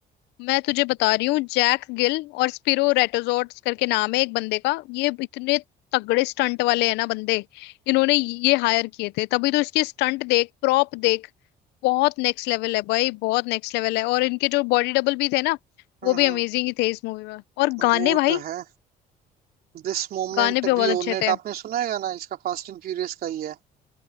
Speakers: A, on the left; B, on the right.
A: मैं तुझे बता रही हूँ जैक गिल और स्पिरो रेटोजोट्स करके नाम है एक बंदे का ये इतने तगड़े स्टंट वाले हैं ना बंदे इन्होंने ये हायर किए थे तभी तो इसके स्टंट देख प्रॉप देख बहुत नेक्स्ट लेवल है भाई बहुत नेक्स्ट लेवल है और इनके जो बॉडी डबल भी थे ना
B: हम्म
A: वो
B: हम्म,
A: भी अमेजिंग ही थे इस मूवी में और गाने
B: वो
A: भाई
B: तो है This moment
A: गाने भी बहुत
B: we
A: अच्छे
B: own it
A: थे
B: आपने सुना है गाना इसका फास्ट एंड फ्यूरियस का ही है